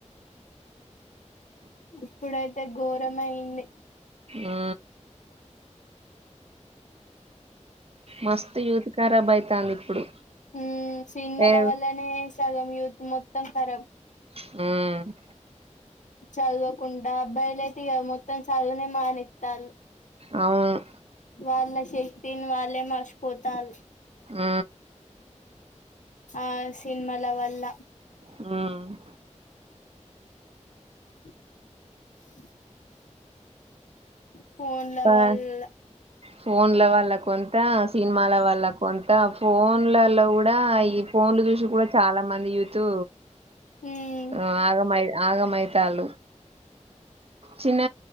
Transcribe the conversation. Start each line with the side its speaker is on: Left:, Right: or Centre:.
Left: ఇప్పుడైతే ఘోరం అయింది
Right: ఆ మస్తు యూతి కారబ్బ అయితాంది ఇప్పుడు
Left: ఉ సినిమల
Right: ఏ
Left: వల్లనే సగం యూత్ మొత్తం రాబ్
Right: హమ్
Left: చదవకుండా అబ్బాయిలయితే మొత్తం చదువునే మానెత్తారు
Right: అవును
Left: వాళ్ల చెప్పింది వాళ్లే మరిచిపోతా అన్నారు
Right: ఆ
Left: ఆ సినిమల వల్ల
Right: హమ్
Left: <unintelligible> ఫోన్లెవల్
Right: ప ఫోన్ల వాళ్ల్ కొంత సినిమాల వల్ల కొంత ఫోన్లలో కూడా ఈ ఫోన్లు చూసి కూడా చాలా మంది యూతు
Left: ఉమ్
Right: ఆ ఆగమై ఆగమైతళ్ళ చిన్న